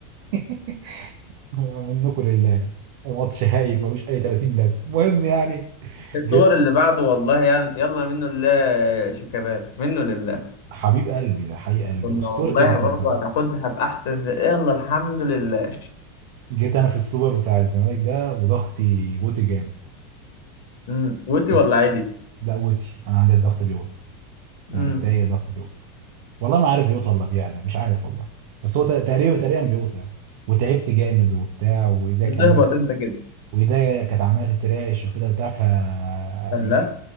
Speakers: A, on the right; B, on the left.
A: <laughs> منكم لله ماتش هايف ملوش اي 30 لازمه المهم يعني
B: الصور
A: جيت
B: اللي بعده والله يعني يلا منه لله شيكابات منه لله
A: حبيب قلبي ده حقيق قلبي
B: كنا
A: اسطورتي
B: والله
A: المفضله
B: برضه هناخدها بأحسن س... يلا الحمد لله
A: جيت انا في السوبر بتاع الزمالك ده وضغطي بوتي جامد
B: امم وتي
A: بس
B: ولا عيلي
A: ده قوتي انا عندي الضغط بيوطى
B: امم
A: يعني ده هي ضغط بيوت والله ما عارف بيوت ولا بيعلى مش عارف والله بس هو ت- تقريبا تقريبا بيوت يعني وتعبت جامد وبتاع وايديا
B: بتهبط
A: كانت عماله
B: انت كده
A: وايديا كانت عماله تتراش وكده بتاع ف يعني
B: لا